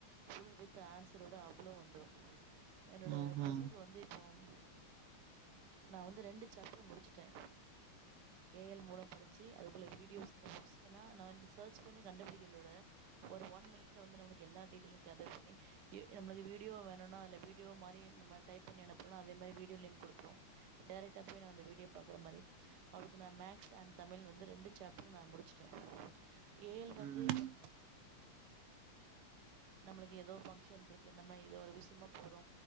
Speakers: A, on the right; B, on the right.
A: ஃபுல் வித் ஆன்சரோட அவ்ளோ வந்துரு என்னோட
B: ம்ஹ்ம்.
A: பொண்ணுக்கு வந்து இப்போம் நா வந்து ரெண்டு சாப்டர் முடிச்சுட்டே ஏ எல் மூலோ படிச்சி அதுக்குள்ள வீடியோஸ் <inaudible> ஏனா நா வந்து சர்ச் பண்ணி கண்டுபிடிக்கலோட ஒரு ஒன் மினிட்ல வந்து நம்ளுக்கெல்லா டீட்டெய்லுமே கேதர் பண்ணி எ நம்ளுக்கு வீடியோ வேணுனா அதுல வீடியோ மாரி நம்ம டைப் பண்ணி அனுப்புனா அதே மாரி வீடியோ லிங்க் குடுத்துரூ டைரெக்டா போய் நா அந்த வீடியோ பாக்ற மாரி அவளுக்கு நா மேக்ஸ் அண்ட் தமிழ் வந்து ரெண்டு சாப்ட்ர் நா முடிச்சுட்டே ஏ எல் வந்து
B: ம். ம்.
A: இப்போன் நம்மளுக்கு எதோ ஃபங்க்ஷன்ருக்கு நம்ம எதோ ஒரு விஷ்யமா போறோ